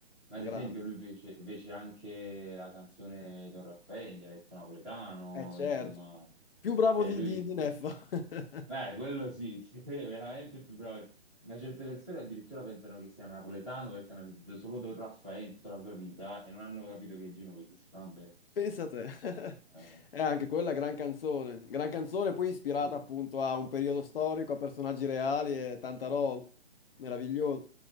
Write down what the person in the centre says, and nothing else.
Ma
ad esempio lui fece, fece anche la canzone Don Raffaele in dialetto napoletano,
insomma,
cioè
lui,
beh, quello sì, <laughs> sì, è veramente il più bravo. Ma certe persone addirittura pensano che sia napoletano perché hanno sentito solo Don Raffaele in tutta la sua vita e non hanno capito che è genovese, vabbè.
Eh,
sì.